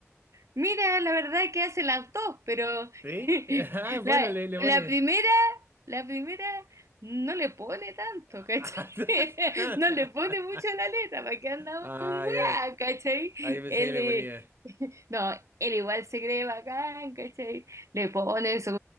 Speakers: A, on the right (about 85°); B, on the right (about 45°).
A: Mira, la verdad que hacen las dos, pero
B: ¿Sí?
A: <laughs>
B: <laughs> Ah, bueno,
A: la,
B: le, le
A: la
B: pone.
A: primera, la primera no le pone tanto,
B: <laughs>
A: ¿cachai? <laughs> No le pone mucho a la letra, ¿para qué andamos
B: Ah,
A: con weá,
B: ya.
A: ¿cachai?
B: Ah, yo pensé
A: Él,
B: que le
A: eh,
B: ponía.
A: <laughs> no, él igual se cree bacán, ¿cachai? Le pone su-